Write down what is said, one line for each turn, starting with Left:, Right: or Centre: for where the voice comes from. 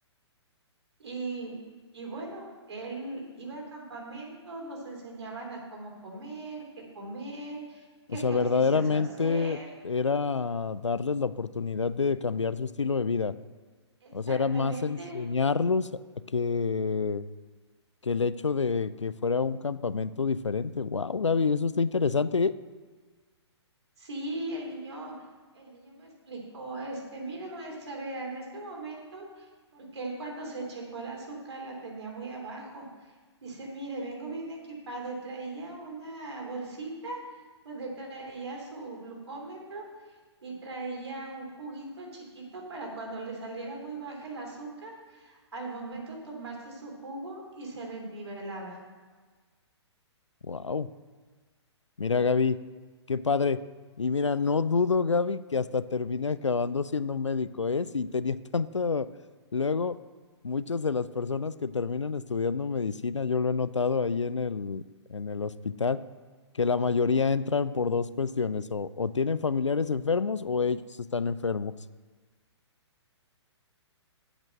Right: Y, y bueno, él iba a campamentos, los enseñaban a cómo comer, qué comer,
Left: O
Right: qué
Left: sea,
Right: ejercicios
Left: verdaderamente
Right: hacer.
Left: era darles la oportunidad de cambiar su estilo de vida.
Right: Exactamente.
Left: O sea, era más enseñarlos que, que el hecho de que fuera un campamento diferente. Wow, Gaby, eso está interesante, ¿eh?
Right: Sí, el niño, el niño me explicó, este, mire maestra, vea, en este momento, porque él cuando se checó el azúcar la tenía muy abajo, dice, mire, vengo bien equipado y traía una bolsita donde traía su glucómetro y traía un juguito chiquito para cuando le saliera muy baja el azúcar, al momento tomarse su jugo y se le nivelaba.
Left: Wow. Mira, Gaby, qué padre. Y mira, no dudo, Gaby, que hasta termine acabando siendo médico, ¿eh? Si tenía <laughs> tanto... Luego, muchas de las personas que terminan estudiando medicina, yo lo he notado ahí en el, en el hospital, que la mayoría entran por dos cuestiones, o, o tienen familiares enfermos o ellos están enfermos.